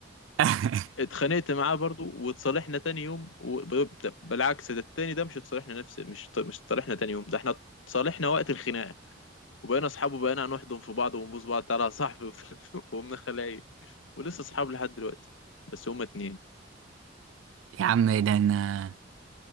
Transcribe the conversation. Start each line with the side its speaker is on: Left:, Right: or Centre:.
Right: <laughs>
Left: اتخانقت معاه برضو واتصالحنا تاني يوم وب- بالعكس ده التاني ده مش اتصالحنا نفس مش مش اتصالحنا تاني يوم ده احنا اتصالحنا وقت الخناقه وبقينا اصحاب وبقينا هنحضن في بعض ونبوس بعض تعالى يا صاحبي <laughs> وبت- وقمنا خلايا ولسه اصحاب لحد دلوقتي بس هما اتنين
Right: يا عم ده انا